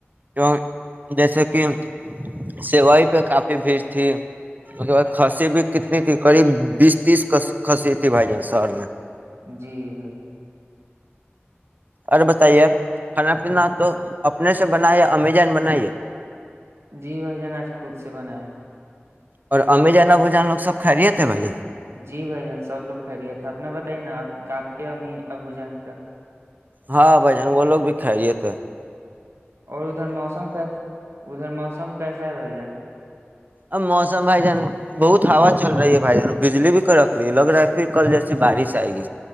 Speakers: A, on the right; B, on the right.
A: کی جیسے کہ سوئی پہ کافی بھیڑ تھی مے ب کھنسی بھی کتنی تھی قریب بیس تیس کھسی تھی بھائی جان شہر میں
B: جی بھائی
A: اوررے بس کھانا پینا تو اپنے سے بنا ہے امیزان بناائیے
B: جی بھائی جان آج خود سے بناائے ہیں
A: اور اممی جان نا ب جان لوگ سب کھ رہیے تھے بھائی جان
B: جی بھائی جان سب لوگ کھریے تھا اپنا بتائیے نا آپ آپ کے ا ابو جان کا
A: ہاں بھائی جان وہ لوگ بھی کھہریے تھے
B: اور ادھر موسم کی ادھر موسم م کیسا ہے بھ جان
A: اب موسم بھائی جان بہت ہا چل رہی ہے بھائی جان بجلی بھی ک رکھ رہی ہے لگ رہا ہے پھر کل جیسے بارش آئے گی